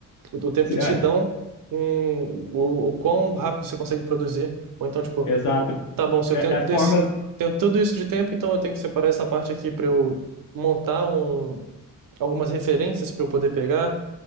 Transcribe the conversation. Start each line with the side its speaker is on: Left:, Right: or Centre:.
Right: o tempo
Left: Sim,
Right: que te
Left: é,
Right: dão com o, o quão rápido você consegue produzir. Ou então, tipo,
Left: exato.
Right: tá bom, se eu
Left: É,
Right: tenho,
Left: é formas,
Right: esse, tenho tudo isso de tempo, então eu tenho que separar essa parte aqui para eu montar um, algumas referências para eu poder pegar.